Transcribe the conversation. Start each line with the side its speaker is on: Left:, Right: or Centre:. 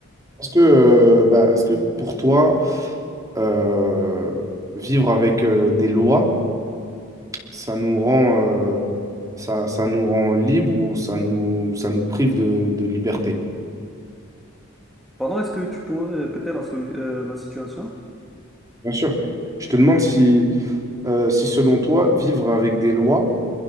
Right: est-ce que, euh, bah, est-ce que pour toi, euh, vivre avec euh, des lois, ça nous rend, euh, ça, ça nous rend libre ou ça nous, ça nous prive de, de liberté?
Centre: Pardon, est-ce que tu pourrais répéter la, solu- euh, la situation?
Right: Bien sûr. Je te demande si, euh, si selon toi, vivre avec des lois,